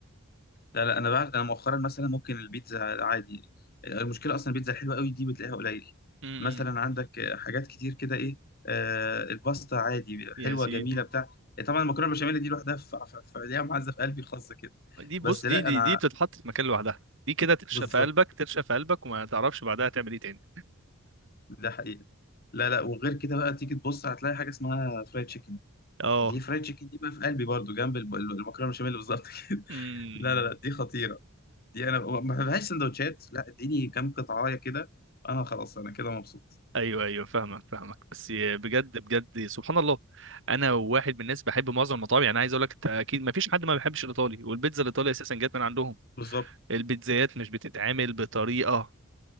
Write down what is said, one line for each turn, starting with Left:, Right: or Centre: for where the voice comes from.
Left: لا لا انا بعد انا مؤخرا مثلا ممكن البيتزا عادي المشكله اصلا البيتزا الحلوه قوي دي بتلاقيها قليل
Right: أمم،
Left: مثلا عندك آه، حاجات كتير كده ايه آه الباستا عادي
Right: يا
Left: حلوه
Right: سيدي
Left: جميله بتاع طبعا المكرونه البشاميل دي لوحدها في في- في- ليها معزه في قلبي خاصه كده
Right: دي بص
Left: بس
Right: دي
Left: لا
Right: دي
Left: انا
Right: دي بتتحط في مكان لوحدها دي كده ترشق
Left: بالظبط
Right: في قلبك ترشق في قلبك وما تعرفش بعدها تعمل ايه تاني
Left: ده حقيقه لا لا وغير كده بقى تيجي تبص هتلاقي حاجه اسمها فرايد تشيكن
Right: اه
Left: دي فرايد تشيكن دي بقى في قلبي برضو جنب الب- المكرونه البشاميل بالظبط كده <laughs>
Right: امم
Left: لا لا لا دي خطيره دي انا ما بحبهاش سندوتشات لا اديني كام قطعايه كده انا خلاص انا كده مبسوط
Right: ايوه ايوه فاهمك فاهمك بس بجد بجد سبحان الله انا واحد من الناس بحب معظم المطاعم يعني عايز اقول لك أنت اكيد ما فيش حد ما بيحبش الايطالي والبيتزا الايطالي اساسا جت من عندهم
Left: بالظبط
Right: البيتزايات مش بتتعمل بطريقه